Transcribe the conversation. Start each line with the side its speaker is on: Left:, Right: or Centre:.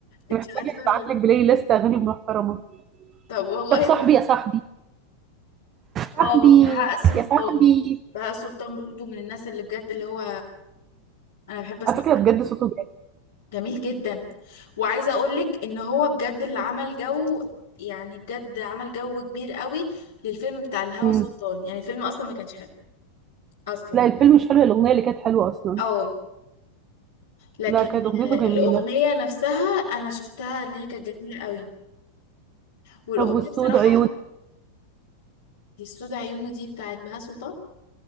Left: انت
Right: انت محتاجه
Left: عارفه ال...
Right: ابعت لك بلاي ليست اغاني محترمه
Left: طب والله
Right: طب صاحبي
Left: <laughs>
Right: يا صاحبي صاحبي
Left: اه بهاء سلطان
Right: يا صاحبي
Left: بهاء سلطان برضو من الناس اللي بجد اللي هو انا بحب اسمع
Right: على فكره بجد صوته
Left: جميل جدا وعايزه اقولك ان هو بجد اللي عمل جو يعني بجد عمل جو كبير قوي للفيلم بتاع الهوى
Right: جامد
Left: سلطان يعني الفيلم اصلا ما كانش حلو اصلا
Right: لا
Left: يعني
Right: الفيلم مش حلو الأغنية اللي كانت حلوة أصلا
Left: اه لكن
Right: لا كانت أغنيته
Left: آه، الاغنيه
Right: جميلة
Left: نفسها انا شفتها ان هي كانت جميله قوي والاغنيه
Right: طب والسود
Left: بصراحه
Right: عيون
Left: دي السود عيونه دي بتاعت بهاء سلطان